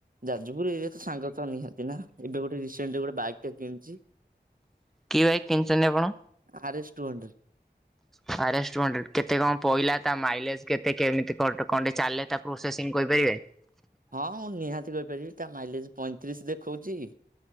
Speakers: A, on the right; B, in the centre.
A: ଯାଜପୁର ଏରିଆ ତ ସାଙ୍ଗ ତ ନିହାତି ନା, ଏବେ ଗୋଟେ ରିସେଣ୍ଟଲି ଗୋଟେ ବାଇକ ଟା କିଣିଛି।
B: କି ବାଇକ୍ କିଣିଛନ୍ତି ଆପଣ?
A: R S two hundred.
B: ହ ଆର୍ ଏସ ଟୁ ହଣ୍ଡ୍ରେଡ। କେତେ କଣ ପଇଲା, ତା ମାଇଲେଜ କେତେ, କେମିତି କ କଣ ଚାଲେ ତା ପ୍ରୋସେସିଂ କହି ପାରିବେ?
A: ହଁ ମୁଁ ନିହାତି କହିପାରିବି, ତା ମାଇଲେଜ ପଇଁତିରିଶ ଦେଖଉଚି।